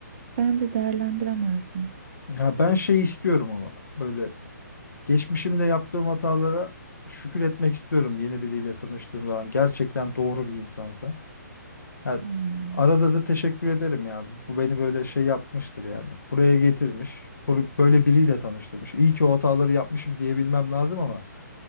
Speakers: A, on the right (about 35°); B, on the left (about 70°).
A: ben de değerlendiremezdim.
B: Ya ben şey istiyorum ama böyle Geçmişimde yaptığım hatalara şükür etmek istiyorum yeni biriyle tanıştığım zaman. Gerçekten doğru bir insansa. Ha,
A: Hmm.
B: arada da teşekkür ederim ya. Bu beni böyle şey yapmıştır yani. Buraya getirmiş. bu- Böyle biriyle tanıştırmış. İyi ki o hataları yapmışım diyebilmem lazım ama